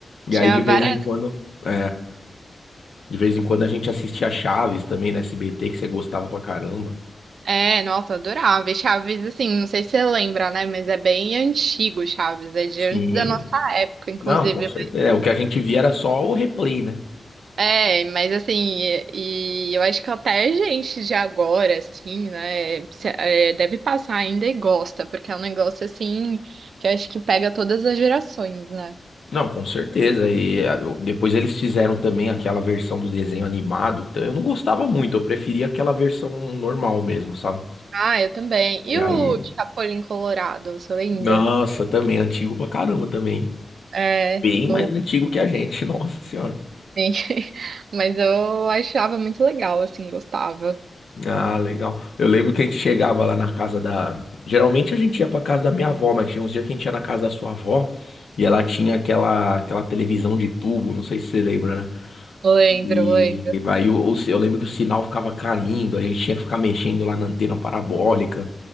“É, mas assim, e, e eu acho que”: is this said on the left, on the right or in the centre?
Right